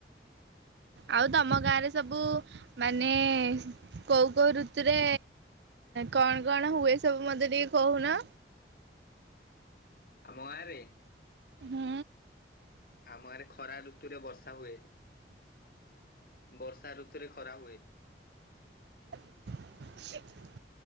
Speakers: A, on the right; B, on the left.
A: ଆଉ ତମ ଗାଁରେ ସବୁ ମାନେ କୋଉ କୋଉ ଋତୁରେ କଣ କଣ ହୁଏ ସବୁ ମତେ ଟିକେ କହୁନ?
B: ଆମ ଗାଁ ରେ
A: ହୁଁ।
B: ଆମ ଗାଁ ରେ ଖରା ଋତୁରେ ବସା ହୁଏ। ବର୍ଷା ଋତୁରେ ଖରା ହୁଏ।
A: ଆ <inaudible>